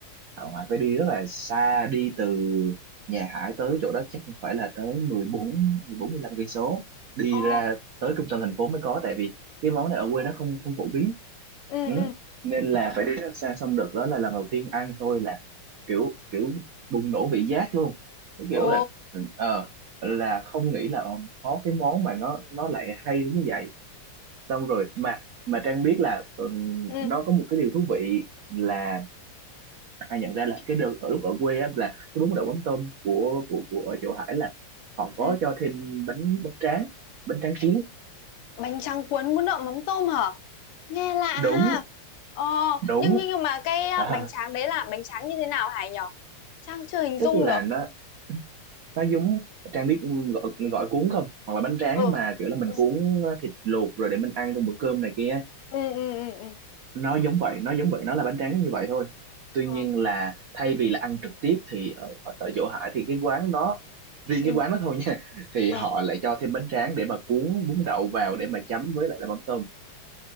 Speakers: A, on the right; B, on the left.
A: ở ngoài phải đi rất là xa đi từ nhà Hải tới chỗ đó chắc cũng phải là tới mười mười bốn mười bốn 14 lăm cây số đi
B: Ồ,
A: ra tới trung tâm thành phố mới có tại vì cái món này ở quê nó không không phổ biến
B: ừ,
A: Ừ.
B: ừ.
A: Nên là phải đi rất là xa xong đợt đó là lần đầu tiên ăn tôi là kiểu kiểu bùng nổ vị giác luôn Cái kiểu
B: Ồ,
A: là ờ là không nghĩ là ờ, có cái món mà nó nó lại hay đến như vậy xong rồi mà mà Trang biết là ừ,
B: ừ,
A: nó có một cái điều thú vị là ai nhận ra là cái đợt ở lúc ở quê á là cái bún đậu mắm tôm của của của ở chỗ Hải là họ
B: ừ.
A: có cho thêm bánh bánh tráng bánh tráng cuốn
B: Bánh tráng cuốn bún đậu mắm tôm hả? Nghe lạ
A: đúng
B: ha. Ồ,
A: đúng
B: nhưng, nhưng, nhưng mà cái à,
A: à,
B: bánh tráng đấy là bánh tráng như thế nào Hải nhỉ? Trang chưa hình
A: tức
B: dung
A: là
B: được.
A: nó nó giống Trang biết gọi gọi cuốn không hoặc là bánh tráng
B: Ừ,
A: mà kiểu là mình
B: ừ,
A: cuốn ờ, thịt luộc rồi để mình ăn trong bữa cơm này kia
B: ừ, ừ, ừ. ừ.
A: nó giống vậy nó giống vậy nó là bánh tráng như vậy thôi tuy
B: Ờ,
A: nhiên là thay vì là ăn trực tiếp thì ở, ở, ở chỗ Hải thì cái quán đó riêng
B: ừ.
A: cái quán đó thôi nha thì
B: ờ.
A: họ lại cho thêm bánh tráng để mà cuốn bún đậu vào để mà chấm với lại là mắm tôm